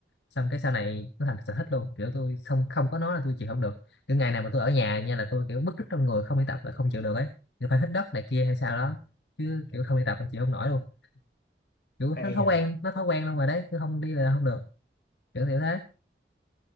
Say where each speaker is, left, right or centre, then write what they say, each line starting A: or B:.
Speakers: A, on the left; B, on the left.
A: xong cái sau này nó thành sở thích luôn kiểu tôi không không có nó là tôi chịu không được kiểu ngày nào mà tôi ở nhà nha là tôi kiểu bứt rứt trong người không đi tập là không chịu được ấy thì phải hít đất này kia hay sao đó
B: Ừ.
A: chứ
B: Ừ.
A: kiểu không đi tập là chịu không nổi luôn kiểu
B: hay
A: nó thói
B: nhỉ
A: quen nó thói quen luôn rồi đấy cứ không đi là không được kiểu kiểu thế